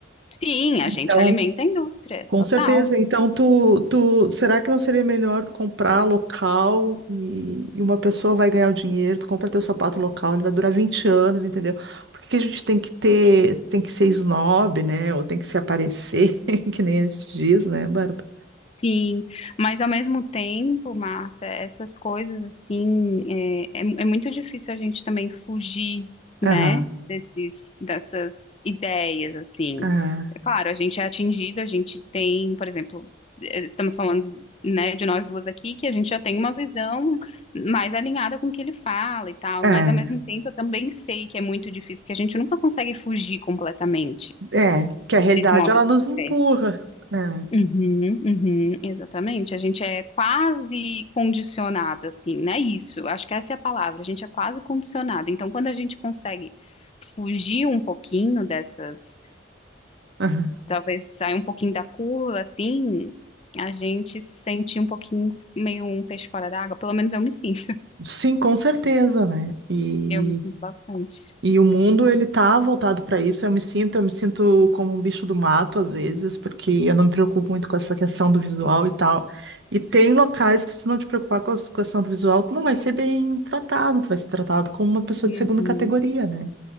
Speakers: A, on the left; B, on the right.
A: Sim, a
B: Então,
A: gente alimenta a indústria,
B: com
A: total.
B: certeza. Então, tu, tu, será que não seria melhor tu comprar local e, e uma pessoa vai ganhar o dinheiro, tu compra teu sapato local, ele vai durar 20 anos, entendeu? Por que que a gente tem que ter, tem que ser snob, né? Ou tem que se aparecer, <laughs> que nem a gente diz, né, Bárbara?
A: Sim, mas ao mesmo tempo, Marta, essas coisas assim, é, é, é muito difícil a gente também fugir, né,
B: Aham,
A: desses, dessas ideias, assim.
B: aham,
A: É claro, a gente é atingido, a gente tem, por exemplo, eh, estamos falando, né, de nós duas aqui, que a gente já tem uma visão mais alinhada com o que ele fala e tal,
B: aham,
A: mas ao mesmo tempo eu também sei que é muito difícil, porque a gente nunca consegue fugir completamente
B: É, é, que a realidade
A: desse modo
B: ela nos
A: de viver.
B: empurra. É,
A: Uhum, uhum, exatamente. A gente é quase condicionado, assim, né? Isso, acho que essa é a palavra. A gente é quase condicionado. Então, quando a gente consegue fugir um pouquinho dessas,
B: aham.
A: talvez sair um pouquinho da curva, assim, a gente se sente um pouquinho meio um peixe fora d'água. Pelo menos eu me sinto.
B: Sim, com certeza, né? E
A: Eu me sinto bastante.
B: E o mundo, ele tá voltado para isso. Eu me sinto, eu me sinto como um bicho do mato às vezes, porque eu não me preocupo muito com essa questão do visual e tal. E tem locais que se tu não te preocupar com a questão do visual, tu não vai ser bem tratado, tu vai ser tratado como uma pessoa
A: Uhum.
B: de segunda categoria, né?